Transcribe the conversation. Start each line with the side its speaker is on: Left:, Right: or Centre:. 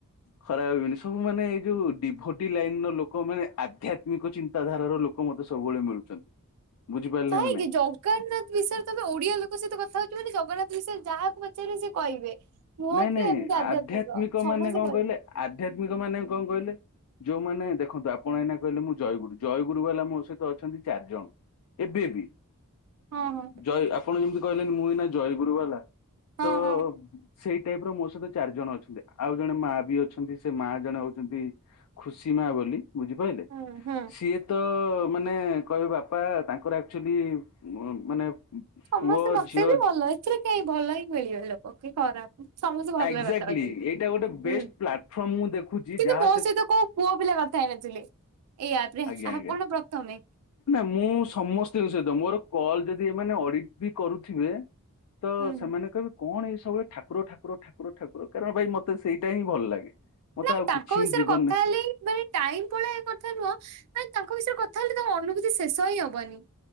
Left: ଖରାପ ଭାବିବନି, ସବୁ ମାନେ ଏଇ ଯୋଉ ଡିଭୋଟି ଲାଇନ ର ଲୋକମାନେ, ଆଧ୍ୟାତ୍ମିକ ଚିନ୍ତାଧାରାର ଲୋକ ଲୋକ ମତେ ସବୁବେଳେ ମିଳୁଛନ୍ତି। ବୁଝିପାରିଲେ
Right: କାହିଁକି
Left: ନା ନାଇଁ।
Right: ଯା କାହିଁକି ନା, ବିଷୟରେ ତମେ ଓଡିଆ ଲୋକ ସହିତ କଥା ହଉଛ। ମାନେ, ଜଗନ୍ନାଥ ବିଷୟ ଯାହାକୁ ପଚାରିବେ, ସେ କହିବେ। ନୁହଁ
Left: ନାଇଁ ନାଇଁ,
Right: କି ଏମିତି
Left: ଆଧ୍ୟାତ୍ମିକ
Right: ସମସ୍ତେ
Left: ମାନେ କଣ
Right: କହିବେ
Left: କହିଲେ? ଆଧ୍ୟାତ୍ମିକ ମାନେ କଣ କହିଲେ? ଯୋଉମାନେ ଦେଖନ୍ତୁ, ଆପଣ ଏଇନା କହିଲେ, ମୁଁ ଜୟଗୁରୁ ଜୟଗୁରୁ ବାଲା। ମୋ ସହିତ ଅଛନ୍ତି ଚାରି ଜଣ। ଏବେ ବି।
Right: ହଁ ହଁ
Left: ଜୟ, ଆପଣ ଯେମିତି କହିଲେ, ମୁଁ ଏଇନା ଜୟଗୁରୁ ବାଲା
Right: ହଁ
Left: ତ।
Right: ହଁ
Left: ସେଇ ଟାଇପ୍ ର ମୋ ସହିତ ଚାରି ଜଣ ଅଛନ୍ତି, ଆଉ ଜଣେ ମା ବି ଅଛନ୍ତି ସେ ମା ଜଣେ ହଉଛନ୍ତି ଖୁସି ମା ବୋଲି ବୁଝିପାରିଲେ
Right: ହୁଁ ହୁଁ।
Left: ସିଏ ତ ମାନେ, କହିବେ ବାପା ତାଙ୍କର ଆକ୍ଚୁଲି ମାନେ
Right: ସମସ୍ତେ
Left: ପୁଅ
Right: ମତେ
Left: ଝିଅ
Right: ବି ଭଲ। ଏଥିରେ କାହିଁ ଭଲ ହିଁ ମିଳିଗଲେ। <unintelligible> ଖରାପ, ସମସ୍ତେ ଭଲ
Left: ଏକ୍ଜାକ୍ଟଲି
Right: ରେ କଥା ହଉଛନ୍ତି।
Left: ଏଇଟା ଗୋଟେ ବେଷ୍ଟ
Right: ହୁଁ,
Left: ପ୍ଲାଟଫର୍ମ ମୁଁ ଦେଖୁଛି
Right: କିନ୍ତୁ
Left: ଯାହା
Right: ମୋ ସହିତ କୋଉ ପୁଅ ପିଲା କଥା ହେଇନଥିଲେ, ଏଇ ଆପ୍ ରେ
Left: ଆଜ୍ଞା
Right: ଆପଣ
Left: ଆଜ୍ଞା
Right: ପ୍ରଥମେ।
Left: ମୁଁ ସମସ୍ତଙ୍କ ସହିତ ମୋର କଲ୍, ଯଦି ଏମାନେ ଅଡିଟ୍ ବି କରୁଥିବେ ତ
Right: ହୁଁ
Left: ସେମାନେ
Right: ହୁଁ
Left: କହିବେ କଣ, ଏଇ ସବୁବେଳେ ଠାକୁର, ଠାକୁର, ଠାକୁର, ଠାକୁର! କାରଣ ଭାଇ ମତେ ସେଇଟା ହିଁ ଭଲ ଲାଗେ। ମତେ
Right: ନାଇଁ,
Left: ଆଉ
Right: ତାଙ୍କ
Left: କିଛି
Right: ବିଷୟରେ
Left: ହିଁ ଜୀବନ
Right: କଥା ହେଲେ <unintelligible> ଟାଇମ୍ ପଳାଏ, କଥା ନୁହଁ। ତାଙ୍କ ବିଷୟ କଥା ହେଲେ ଅନୁଭୂତି ଶେଷ ହିଁ ହବନି।